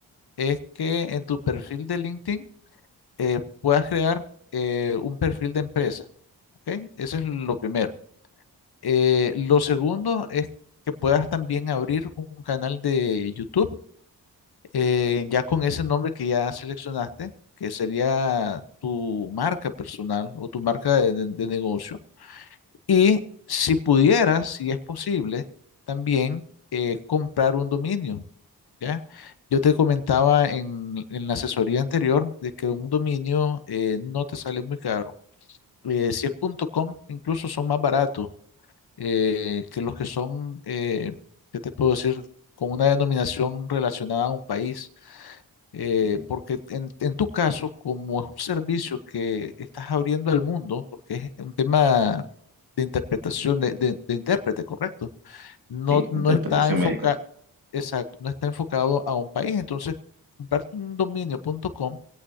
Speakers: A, on the left; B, on the right.
A: es que en tu perfil de LinkedIn eh, puedas crear eh, un perfil de empresa. ¿Ok? Eso es lo primero. Eh, lo segundo es que puedas también abrir un canal de YouTube, eh, ya con ese nombre que ya seleccionaste, que sería tu marca personal o tu marca de, de- de negocio. Y si pudieras, si es posible, también eh, comprar un dominio, ¿ya? Yo te comentaba en, en la asesoría anterior de que un dominio eh, no te sale muy caro. Eh, si es punto .com, incluso son más baratos eh, que los que son, eh, ¿qué te puedo decir? con una denominación relacionada a un país, eh,
B: Entiendo.
A: porque en, en tu caso, como es un servicio que estás abriendo al mundo, porque es un tema de interpretación de, de- de intérprete, correcto, no,
B: Sí,
A: no
B: interpretación
A: está enfocado,
B: médica.
A: exacto, no está enfocado a un país, entonces, comparte un dominio.com